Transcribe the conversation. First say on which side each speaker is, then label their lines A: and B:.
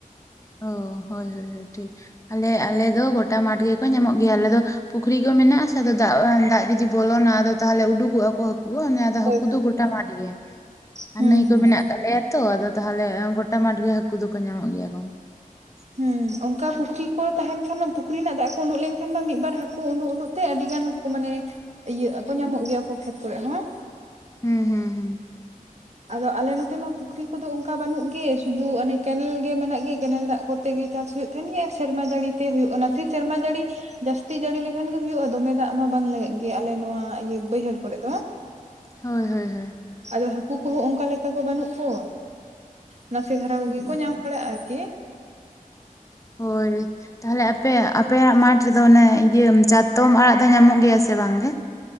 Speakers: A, on the left; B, on the right.
A: ᱚ ᱦᱳᱭ ᱦᱳᱭ ᱦᱳᱭ ᱴᱷᱤᱠ ᱟᱞᱮ ᱟᱞᱮ ᱫᱚ ᱜᱚᱴᱟ ᱢᱟᱴᱷ ᱜᱮᱠᱚ ᱧᱟᱢᱚᱜ ᱜᱮᱭᱟ ᱟᱞᱮ ᱫᱚ ᱯᱩᱠᱷᱨᱤ ᱠᱚ ᱢᱮᱱᱟᱜᱼᱟ ᱥᱮ ᱟᱫᱚ ᱫᱟᱜ ᱫᱟᱜ ᱡᱩᱫᱤ ᱵᱚᱞᱚᱱᱟ ᱟᱫᱚ ᱼᱼ ᱛᱟᱦᱚᱞᱮ ᱩᱰᱩᱠᱚᱜ ᱟᱠᱚ ᱦᱟᱹᱠᱩ <unintelligible>
B: ᱦᱳᱭ
A: ᱦᱟᱹᱠᱩ
B: ᱦᱳᱭ
A: ᱫᱚ
B: ᱦᱳᱭ
A: ᱜᱚᱴᱟ ᱢᱟᱴ ᱜᱮ
B: ᱦᱩᱸ
A: ᱟᱨ ᱱᱟᱹᱭ ᱠᱚ
B: ᱦᱩᱸ
A: ᱢᱮᱱᱟᱜ ᱛᱟᱞᱮᱭᱟ ᱛᱚ ᱟᱫᱚ ᱛᱟᱦᱚᱞᱮ ᱜᱚᱴᱟ ᱢᱟᱴ ᱜᱮ ᱦᱟᱹᱠᱩ ᱫᱚᱠᱚ ᱧᱟᱢᱚᱜ ᱜᱮᱭᱟ ᱠᱚ
B: ᱦᱩᱸ ᱚᱱᱠᱟ ᱯᱩᱠᱷᱨᱤ ᱠᱚ ᱛᱟᱦᱮᱱ ᱠᱷᱟᱱ ᱯᱩᱠᱷᱨᱤ ᱨᱮᱱᱟᱜ ᱫᱟᱜ ᱠᱚ ᱩᱰᱩᱜ ᱞᱮᱱ ᱠᱷᱟᱱ ᱢᱟ ᱢᱤᱫᱵᱟᱨ ᱦᱟᱠᱩ ᱩᱸᱰᱩᱜ ᱩᱸᱰᱩᱜ ᱛᱮ ᱟᱹᱰᱤ ᱜᱟᱱᱼᱼ ᱢᱟᱱᱮ ᱤᱭᱟᱹ ᱟᱠᱚ ᱧᱟᱢᱚᱜ ᱜᱮᱭᱟ ᱠᱚ ᱠᱷᱮᱛ ᱠᱚᱨᱮᱜ ᱦᱚᱸ
A: ᱦᱩᱸ ᱦᱩᱸ ᱦᱩᱸ
B: ᱟᱫᱚ ᱟᱞᱮ ᱱᱚᱛᱮ ᱢᱟ ᱯᱩᱠᱷᱨᱤ ᱠᱚᱫᱚ ᱚᱱᱠᱟ ᱵᱟᱹᱱᱩᱜ ᱜᱮ ᱥᱩᱫᱩ ᱚᱱᱮ ᱠᱮᱱᱮᱞ ᱜᱮ ᱢᱮᱱᱟᱜ ᱜᱮ ᱠᱮᱱᱮᱞ ᱫᱟᱜ ᱠᱚᱛᱮ ᱜᱮ ᱪᱟᱥ ᱦᱩᱭᱩᱜ ᱫᱤᱱ ᱜᱮ ᱟᱨ ᱥᱮᱨᱢᱟ ᱡᱟᱹᱲᱤ ᱛᱮ ᱦᱩᱭᱩᱜ ᱠᱟᱱᱟ ᱥᱮ ᱥᱮᱨᱢᱟ ᱡᱟᱹᱲᱤᱼᱼ ᱡᱟᱹᱥᱛᱤ ᱡᱟᱹᱲᱤ ᱞᱮᱠᱷᱟᱱ ᱜᱮ ᱦᱩᱭᱩᱜᱼᱟ ᱫᱚᱢᱮ ᱫᱟᱜ ᱢᱟ ᱵᱟᱝ ᱞᱟᱜᱟᱜ ᱜᱮᱭᱟ ᱟᱞᱮ ᱱᱚᱣᱟ ᱤᱭᱟᱹ ᱵᱟᱹᱭᱦᱟᱹᱲ ᱠᱚᱨᱮ ᱫᱚ <inaudible>
A: ᱦᱳᱭ ᱦᱳᱭ ᱦᱳᱭ
B: ᱟᱫᱚ ᱦᱟᱹᱠᱩ ᱠᱚ ᱦᱚᱸ ᱚᱱᱠᱟ ᱞᱮᱠᱟ ᱠᱚ ᱵᱟᱹᱱᱩᱜ ᱠᱚ ᱱᱟᱥᱮ ᱫᱷᱟᱨᱟ ᱠᱚᱜᱮ
A: ᱦᱩᱸ
B: ᱠᱚ ᱧᱟᱢ
A: ᱦᱩᱸ᱾
B: ᱵᱟᱲᱟᱜᱼᱟ ᱟᱨᱠᱤᱼᱼ
A: ᱦᱳᱭᱼᱼ ᱛᱟᱦᱚᱞᱮ ᱟᱯᱮ ᱟᱯᱮᱭᱟᱜ ᱢᱟᱴᱷ ᱨᱮᱫᱚ ᱚᱱᱮ ᱤᱭᱟᱹ ᱪᱟᱛᱚᱢ ᱟᱲᱟᱜ ᱫᱚ ᱧᱟᱢᱚᱜ ᱜᱮᱭᱟ ᱥᱮ ᱵᱟᱝ ᱜᱮ?